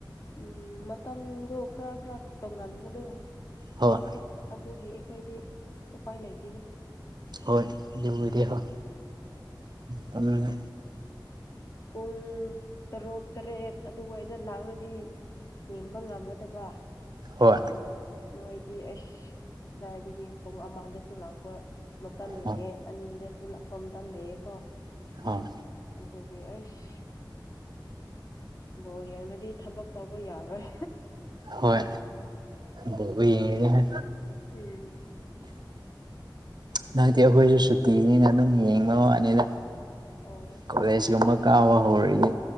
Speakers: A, on the left (about 45°); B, on the right (about 60°).
A: ꯎꯝ ꯃꯇꯝꯗꯨ ꯈꯔ ꯈꯔ ꯇꯣꯡꯉꯥꯟꯕꯗꯣ
B: ꯍ‌ꯣꯏ
A: ꯑꯗꯨꯒꯤ ꯑꯩꯈꯣꯏꯗꯤ ꯎꯄꯥꯏ ꯂꯩꯇ‌ꯦꯅ‌ꯦ
B: ꯍꯣꯏ ꯗꯨꯕꯨꯗꯤ ꯍ‌ꯣ ꯇꯝꯅ
A: ꯄꯨꯡ ꯇꯔꯨꯛ ꯇꯔꯦꯠ ꯑꯗꯨꯋꯥꯏꯗ ꯂꯥꯛꯔꯗꯤ ꯌꯦꯡꯕ ꯉꯝꯒꯗꯕ
B: ꯍꯣꯏ
A: ꯃꯣꯏꯗꯤ ꯑꯩꯁ ꯀꯗꯥꯏꯗꯒꯤ ꯄꯨꯡ ꯑꯃꯗꯁꯨ ꯂꯥꯛꯄ ꯃꯇꯝ ꯂꯩꯌ‌ꯦ
B: ꯍꯣꯏ
A: ꯑꯅꯤꯗꯁꯨ ꯂꯥꯛꯄ ꯃꯇꯝ ꯂꯩꯌ‌ꯦꯀꯣ
B: ꯑ
A: ꯑꯗꯨꯒꯤ ꯑꯩꯁ ꯕꯣꯜ ꯌꯦꯡꯔꯗꯤ ꯊꯕꯛ ꯇꯧꯕ ꯌꯥꯔꯣꯏ
B: ꯍꯣꯏ ꯕ‌ꯣꯒ ꯌꯦꯡꯉꯅꯤꯍꯦ
A: ꯎꯝ
B: ꯍꯟꯇꯛꯇꯤ ꯑꯈꯣꯏꯁꯨ ꯁꯨꯇꯤꯅꯤꯅ ꯑꯗꯨꯝ ꯌꯦꯡꯕ ꯋꯥꯅꯤꯗ
A: ꯑꯣ
B: ꯀꯣꯂꯦꯖ ꯀꯨꯝꯕ ꯀꯥꯕ ꯍꯧꯔꯗꯤ